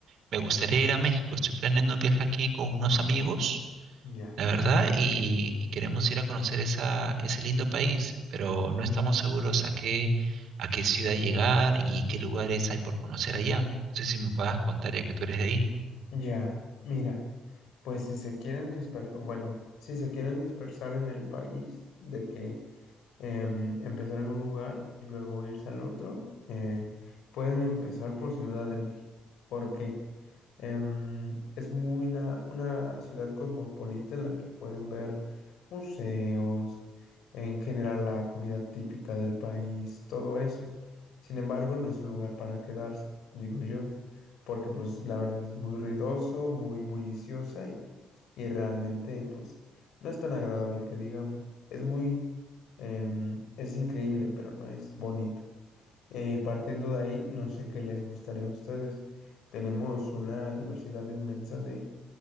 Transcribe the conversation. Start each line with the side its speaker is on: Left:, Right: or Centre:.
Right: me gustaría ir a México. Estoy planeando un viaje aquí con unos amigos,
Left: Ya,
Right: la verdad, y, y queremos ir a conocer esa, ese lindo país, pero no estamos seguros a qué, a qué ciudad llegar y qué lugares hay por conocer allá. No sé si me puedas contar ya que tú eres de ahí.
Left: ya. Mira, pues si se quieren dispersar, bueno, si se quieren dispersar en el país, de que em, empezar en un lugar y luego irse al otro, eh, pueden empezar por Ciudad de México. ¿Por qué? Em, es muy una, una ciudad cosmopolita en la que pueden ver museos, en general la comida típica del país, todo eso. Sin embargo, no es un lugar para quedarse, digo yo, porque pues la verdad es muy ruidoso, muy bulliciosa y, y realmente pues no es tan agradable que digamos. Es muy, em, es increíble, pero no es bonita. Eh, Y partiendo de ahí, no sé qué les gustaría a ustedes. Tenemos una diversidad inmensa de,